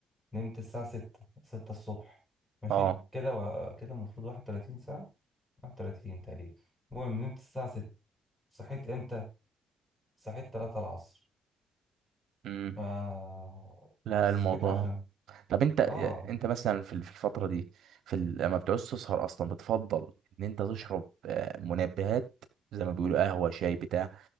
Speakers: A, in the centre; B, on the right.
A: نمت الساعة ستة ستة الصبح ماشي
B: اه
A: كده و... كده المفروض واحد وتلاتين ساعة واحد وتلاتين تقريبا المهم نمت الساعة ستة صحيت امتى؟ صحيت تلاتة العصر
B: امم
A: آه...
B: لا
A: صحيت
B: الموضوع
A: عشان
B: طب انت
A: اه
B: انت مثلا في ال- في الفتره دي في ال- لما بتعوز تسهر اصلا بتفضل ان انت تشرب آه، منبهات زي ما بيقولوا قهوه شاي بتاع